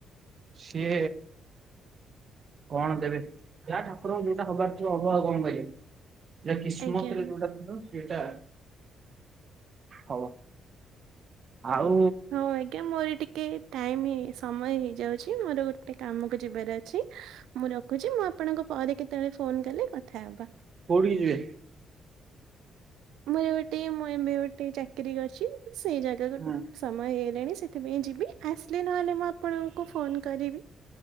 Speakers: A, on the right; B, on the right.
A: ସେ କଣ ଦେବେ, ଯାହା ଠାକୁର ଙ୍କୁ ଯୋଉଟା ହବାର ଥିବ ହବ ଆଉ କଣ କରିବେ। ଯାହା କିସ୍ମତ୍
B: ଆଜ୍ଞା।
A: ରେ ଯୋଉଟା ଥିବ ସେଇଟା ହବ। ଆଉ
B: ହଁ ଆଜ୍ଞା ମୋର ଟିକେ ଟାଇମ ସମୟ ହେଇଯାଉଛି ମୋର ଗୋଟେ କାମକୁ ଯିବାର ଅଛି। ମୁଁ ରଖୁଚି ମୁଁ ଆପଣଙ୍କୁ ପରେ କେତେବେଳେ ଫୋନ୍ କଲେ କଥାହବା।
A: କୋଉଠିକି ଯିବେ?
B: ମୁଁ ଏବେ ଟିକେ <unintelligible> ଚାକିରୀ ଅଛି ସେଇ ଜାଗା କୁ
A: ହୁଁ
B: ସମୟ ହେଇଗଲାଣି ସେଥିପାଇଁ ଯିବି। ଆସିଲେ ନହେଲେ ମୁଁ ଆପଣଙ୍କୁ ଫୋନ୍ କରିବି